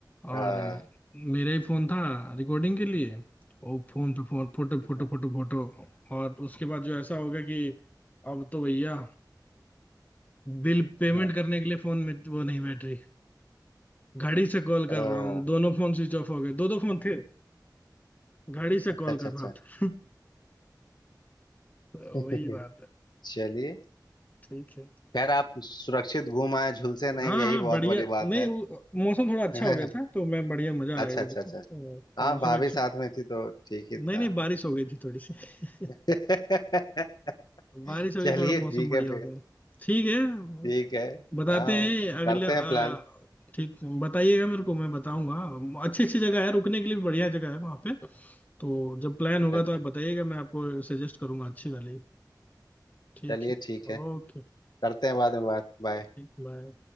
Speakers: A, on the left (about 70°); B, on the left (about 20°).
A: आ,
B: और मेरा ही फोन था रिकॉर्डिंग के लिए वो फोन पे phone photo photo
A: हाँ,
B: photo photo और उसके बाद जो ऐसा हो गया कि अब तो भैया बिल पेमेंट
A: हाँ,
B: करने के लिए फोन में वो नहीं बैटरी घड़ी से कॉल कर
A: आ,
B: रहा हूँ दोनों फोन स्विच ऑफ हो गए दो दो फोन थे घड़ी से
A: अच्छा
B: कॉल
A: अच्छा
B: कर
A: अच्छा
B: रहा था <laughs> तो
A: <laughs>
B: वही बात है
A: चलिए
B: ठीक है
A: खैर आप सुरक्षित घूम आए झुलसे नहीं
B: हाँ
A: यही
B: हाँ
A: बहुत
B: बढ़िया
A: बड़ी बात
B: नहीं
A: है
B: वो- मौसम थोड़ा अच्छा
A: <laughs>
B: हो गया था तो मैं बढ़िया मजा
A: अच्छा
B: आ गया मुझको
A: अच्छा अच्छा
B: अ,
A: हाँ
B: मौसम
A: भाभी
B: अच्छा
A: साथ में थी तो ठीक ही
B: नहीं
A: था
B: नहीं बारिश हो गई थी थोड़ी सी <laughs>
A: <laughs>
B: बारिश हो
A: चलिए
B: गई थोड़ा मौसम
A: ठीक
B: बढ़िया
A: है फिर
B: हो गया ठीक है
A: ठीक है
B: बताते
A: हाँ
B: हैं अगले
A: करते
B: अ,
A: हैं प्लान
B: ठीक बताइएगा मेरे को मैं बताऊंगा अच्छी अच्छी जगह है रुकने के लिए भी बढ़िया जगह है वहाँ पे तो जब प्लान होगा
A: अच्छा अच्छा
B: तो आप बताइएगा मैं आपको सजेस्ट करूंगा अच्छी वाली ठीक
A: चलिए
B: है
A: ठीक है
B: ओके
A: करते हैं बाद में बात बाय
B: ठीक बाय